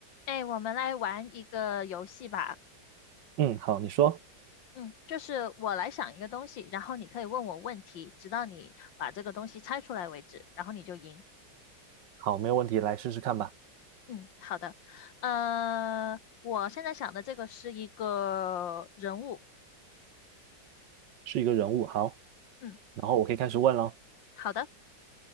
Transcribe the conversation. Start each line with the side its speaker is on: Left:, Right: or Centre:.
Left: 哎，我们来玩一个游戏吧。
Right: 嗯，好，你说，
Left: 嗯，就是我来想一个东西，然后你可以问我问题，直到你把这个东西猜出来为止，然后你就赢。
Right: 好，没有问题，来试试看吧。
Left: 嗯，好的。呃，我现在想的这个是一个人物。
Right: 是一个人物，好，
Left: 嗯，
Right: 然后我可以开始问了。
Left: 好的。